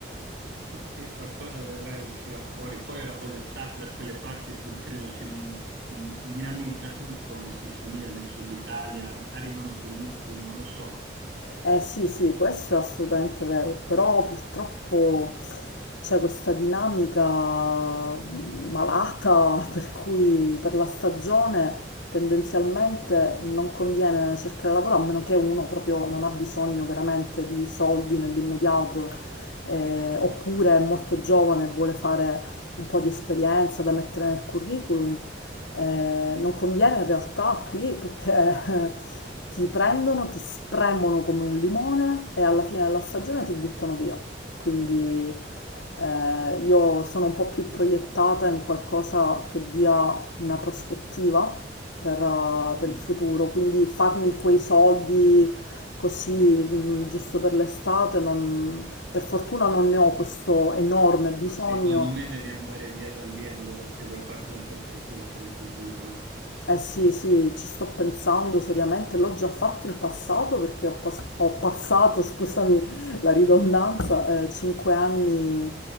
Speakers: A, on the right (about 85°); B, on the left (about 85°).
A: Ma sì, qualcosa vedrai uscirà fuori. Poi ora con l'estate da quelle parti si- credo si, mh, si dinamizza tutto in Sicilia, nel sud Italia, arrivano turisti, non lo so.
B: Eh sì, sì, questo è assolutamente vero, però purtroppo c'è questa dinamica mh, malata <laughs> per cui per la stagione tendenzialmente non conviene cercare lavoro a meno che uno proprio non ha bisogno veramente di soldi nell'immediato, eh, oppure è molto giovane e vuole fare un po' di esperienza da mettere nel curriculum eh, non conviene in realtà qui perché <laughs> ti prendono, ti spremono come un limone e alla fine della stagione ti buttano via. Quindi eh, io sono un po' più proiettata in qualcosa che dia una prospettiva per, eh, per
A: Mm.
B: il futuro, quindi farmi quei soldi così mh, giusto per l'estate, non- per fortuna non ne ho questo enorme bisogno
A: Ma secondo me devi andare via da lì allora se vuoi farti la prospettiva per il futuro, eh.
B: Eh sì, sì, ci sto pensando seriamente, l'ho già fatto in passato perché ho, pas- ho passato, <laughs> scusami la ridondanza, eh, 5 anni